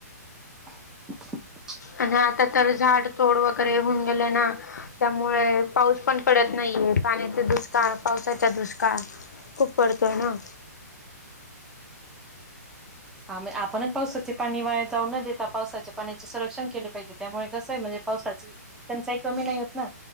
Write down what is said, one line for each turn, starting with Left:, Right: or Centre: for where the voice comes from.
Centre: <inaudible>
Left: आणि आता तर झाड तोड वगैरे होऊन गेले ना. त्यामुळे पाऊस पण पडत नाहीये, पाण्याचा दुष्काळ पावसाचा दुष्काळ. खूप पडतोय ना.
Centre: हा म आपणच पाऊसाचे - पाणी वाया जाऊ न देता पावसाचे पाण्याचे संरक्षण केले पाहिजे, त्यामुळे कसय म्हणजे पावसाची त्यांचाही कमी नाही होत ना